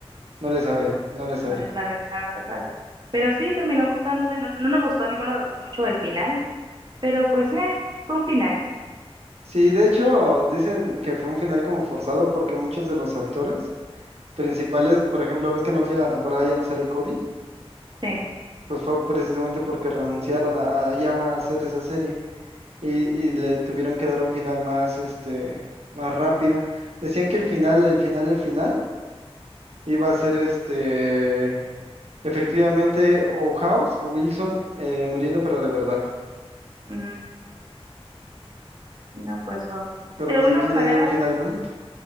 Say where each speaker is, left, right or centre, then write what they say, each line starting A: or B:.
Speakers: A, on the right; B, on the right.
A: No le sabe, no le sabe.
B: No le sabe, no, no le sabe. Pero sí, terminó gustándole. No, no nos gustó ninguno de los dos mucho el final, pero pues, eh, fue un final.
A: Sí, de hecho, dicen que fue un final como forzado porque muchos de los actores principales, por ejemplo, ves que en la última temporada ya no sale Cody,
B: Sí.
A: pues fue precisamente porque renunciaron a, a ya hacer esa serie. y, y le tuvieron que dar un final más, este, más rápido. Decían que el final, el final, el final iba a ser este, efectivamente, o House o Wilson eh, muriendo, pero de verdad.
B: Mm, no, pues wow.
A: Pero
B: De
A: pues
B: alguna
A: aquí
B: manera,
A: le dieron final bonito.